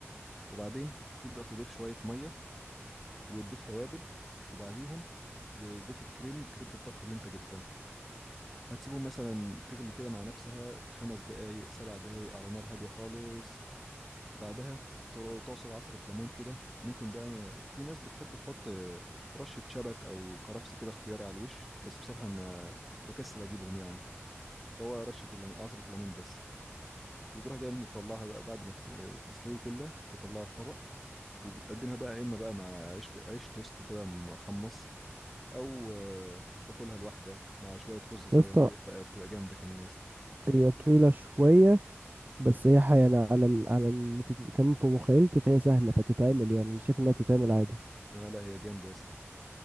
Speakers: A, in the centre; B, on the right.
A: وبعدين تبدأ تضيف شوية مية وتضيف توابل وبعديهم تضيف الكريم كريمة الطبخ اللي انت جبتها هتسيبهم مثلا تغلي كده مع نفسها خمس دقايق سبع دقايق على نار هادية خالص بعدها تر- تعصر عصرة ليمون كده ممكن بقى في ناس بتحب تحط رشة شبت أو كرفس كده اختياري على الوش بس بصراحة ما بكسل أجيبهم يعني فهو رشة الليمون عصرة ليمون بس وتروح جاي مطلعها بقى بعد ما تس- تستوي كلها تطلعها في طبق وبتقدمها بقى إما بقى مع عيش عيش توست كده محمص أو آه، تاكلها لوحدها مع شوية رز صيادية
B: يا اسطى
A: بقى بتبقى جامدة كمان يا اسطى
B: هي طويلة شوية بس هي ح- يعني على ال... على اللي في... كمان في مخيلتي فهي سهلة فتتعمل يعني أنا شايف إنها تتعمل عادي
A: اه لا هي جامدة يا اسطى